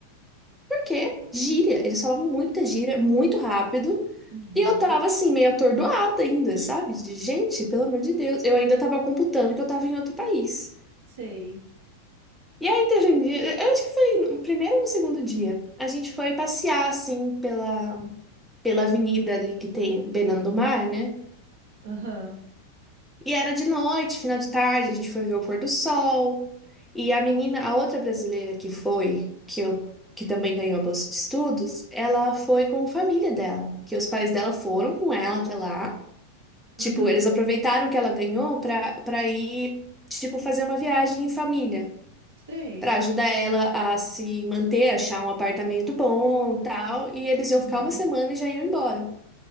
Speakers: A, in the centre; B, on the right.
A: porque gíria. Eles falavam muita gíria, muito rápido.
B: uhum,
A: E eu tava assim, meio atordoada ainda, sabe? De gente, pelo amor de Deus. Eu ainda tava computando que eu tava em outro país.
B: sei.
A: E aí teve um dia, eu acho que foi no primeiro ou no segundo dia, a gente foi passear, assim, pela, pela avenida ali que tem beirando do mar, né?
B: Aham.
A: E era de noite, final de tarde, a gente foi ver o pôr do sol. E a menina, a outra brasileira que foi, que, eu, que também ganhou a bolsa de estudos, ela foi com a família dela, que os pais dela foram com ela até lá.
B: Uhum,
A: Tipo, eles aproveitaram que ela ganhou pra, pra ir, tipo, fazer uma viagem em família.
B: sei.
A: para ajudar ela a se manter, achar um apartamento bom, e tal, e eles
B: Uhum,
A: iam ficar uma semana e já iam embora.